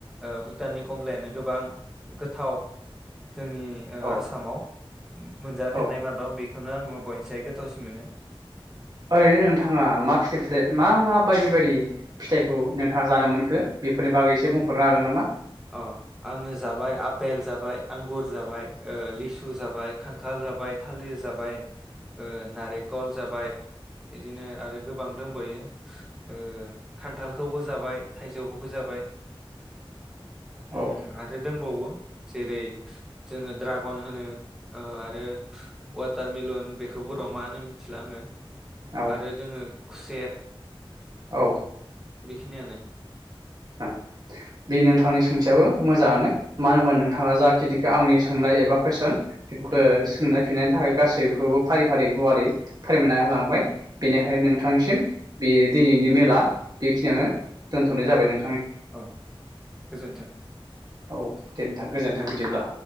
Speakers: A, in the centre; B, on the right.
A: ओ भुटाननि कमलायानो गोबां गोथाव जोंनि ओ
B: औ
A: आसामाव मोनजाफेरनाय
B: औ
A: मादाव बि बेखोनो आङो बयनिसाय गोथावसिन मोनो।
B: ओरैनो नोंथाङा मा फिथाइ फिथाइ मा मा बायदि बायदि फिथाइखौ नोंथाङा जानो मोनखो बेफोरनि बागै एसे
A: औ
B: बुंफोरनो हागोन नामा?
A: अ आङो जाबाय आपेल जाबाय आंगुर जाबाय ओ लिसु जाबाय खान्थाल जाबाय थालिर जाबाय ओ नारेखल जाबाय इदिनो आरो गोबां दंबैयो ओ खान्थालखौबो जाबाय थाइजौखौबो जाबाय
B: औ
A: उम आरो दंबावो जेरै जोङो ड्रागन होनो औ आरो वाटारमेलन बेखौ बर'आव मा होनो मिथिला आङो
B: औ
A: आरो जोङो खुसेेर
B: औ
A: बेखिनियानो
B: ओं बे नोंथांनि सोंथियाबो मोजाङानो मानो होनबा
A: औ
B: नोंथाङा जाखिनि आंनि सोंनाय एबा कुइसन <unintelligible>
A: औ
B: सोंनाय <unintelligible> थाखाय गासैखौबो फारि फारि गुवारै फोरमायना होलांबाय। बेनिखायनो
A: औ
B: नोंथांसिम बि दिनैनि मेला बिखिनियानो
A: औ
B: दोनथ'नाय जाबाय नों
A: औ गोजोन्थों।
B: औ दे नोथां गोजोनथों बिदिब्ला।